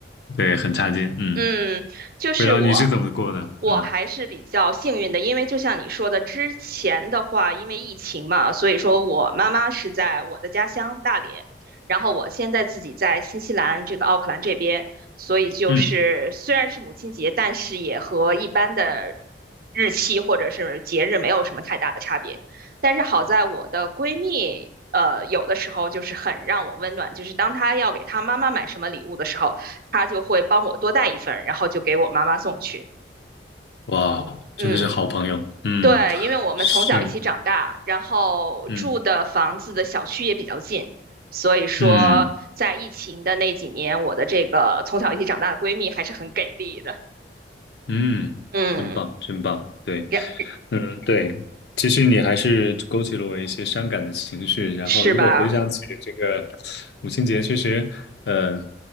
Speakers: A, on the left; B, on the right.
A: 对，很差劲。嗯，
B: 嗯，就是我，
A: 不知道你是怎么过的？
B: 我还是比较幸运的，
A: 嗯
B: 因为就像你说的，之前的话，因为疫情嘛，所以说我妈妈是在我的家乡大连，然后我现在自己在新西兰这个奥克兰这边，所以就是虽然是母亲节，
A: 嗯，
B: 但是也和一般的日期或者是节日没有什么太大的差别。但是好在我的闺蜜，呃，有的时候就是很让我温暖，就是当她要给她妈妈买什么礼物的时候。他就会帮我多带一份，然后就给我妈妈送去。
A: 哇，
B: 嗯，
A: 真的是好朋友。嗯，
B: 对，因为我们从小一起长大，
A: 是，
B: 然后住的房子的小区也比较近，
A: 嗯
B: 所以说在疫情的那几年，
A: 嗯。
B: 我的这个从小一起长大的闺蜜还是很给力的。
A: 嗯，
B: 嗯，
A: 真棒，真棒，对，
B: 然
A: 嗯，对，其实你还是勾起了我一些伤感的情绪。然后，
B: 是吧？
A: 如果回想起这个母亲节，确实，呃，